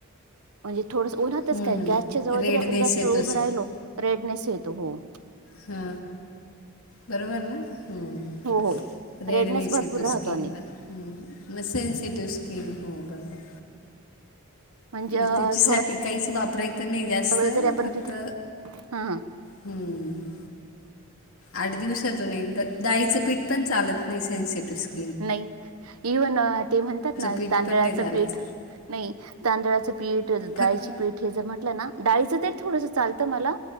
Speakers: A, on the right; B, on the left.
A: म्हणजे थोडसं उन्हातचं
B: हम्म.
A: काय गॅसच्या जवळ
B: रेडनेस
A: जरी आपण जास्त
B: येतो
A: वेळ उभ राहिलो रेडनेस येतो. हो.
B: हा बरोबर ना हम्म.
A: हो, हो.
B: रेडनेस
A: भरपूर
B: येतो
A: राहतो
B: स्कीनला.
A: आणि
B: मग सेन्सिटिव्ह स्किन हो बरोबर.
A: म्हणजे
B: मग त्याच्यासाठी
A: थोडा
B: काहीच वापरायचं नाही जास्त
A: वेळ जरी आपण
B: फक्त
A: तिथे हां, हां.
B: हम्म. आठ दिवसातून एकदा दाळीचं पीठ पण चालत नाही सेन्सिटिव्ह स्की
A: नाही इव्हन ते म्हणतात ना
B: पीठ
A: तांदळाचं
B: पण नाही चालत
A: पीठ नाही तांदळाचं पीठ, डाळीचं
B: फक्त
A: पीठ हे जर म्हटलं ना दाळिचं ते थोडंस चाल त मला